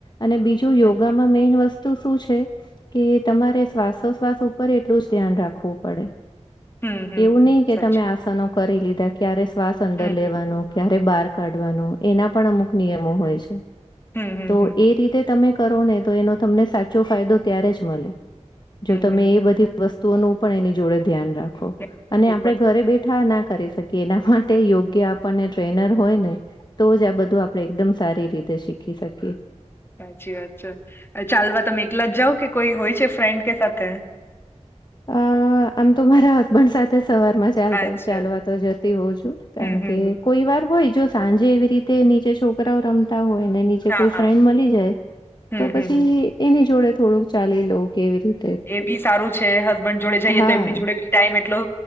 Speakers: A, on the left; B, on the left.
A: અને બીજું યોગામાં
B: હમ
A: મેઈન વસ્તુ શું છે કે તમારે શ્વાસોશ્વાસ ઉપર એટલું જ ધ્યાન રાખવું પડે
B: હમ હમ
A: એવું નહી કે
B: સાચી
A: તમે
B: વાત
A: આસનો કરી લીધા ક્યારે શ્વાસ અંદર
B: હમ
A: લેવાનો
B: હમ
A: ક્યારે બહાર કાઢવાનો એના પણ અમુક નિયમો હોય છે
B: હમ હમ
A: તો
B: હમ
A: એ રીતે તમે કરો ને તો એનો તમને સાચો ફાયદો ત્યારે જ મળે જો તમે
B: હમ
A: એ બધી વસ્તુઓનું પણ એની જોડે ધ્યાન રાખો
B: હમ
A: અને
B: ખૂબ
A: આપણે ઘરે બેઠા ના કરી શકીએ એના માટે યોગ્ય આપને ટ્રેનર
B: જ
A: હોય ને તો જ આ બધું આપણે એકદમ સારી રીતે શીખી શકીએ.
B: સાચી વાત છે ચાલવા તમે એકલા જ જાાવ કે કોઈ હોય છે ફ્રેન્ડ કે સાથે. <inaudible>
A: અ આમ તો મારા હસબન્ડ સાથે. સવાર માં ચાલતા
B: અચ્છા
A: ચાલવા તો જતી હોઉં છું કારણ
B: હમ હમ
A: કે
B: હમ
A: કોઈ વાર હોય. જો સાંજે એવી રીતે નીચે છોકરાઓ રમતા હોય. એને નીચે
B: હા
A: કોઈ
B: હા
A: ફ્રેન્ડ મળી જાય
B: હમ
A: તો
B: હમ
A: પછી
B: હમ
A: એની જોડે થોડુંક ચાલી લોઉ કેવી રીતે.
B: એ બી સારું છે હસબન્ડ જોડે જઈએ
A: હા.
B: તો એમની જોડે બી ટાઈમ એટલો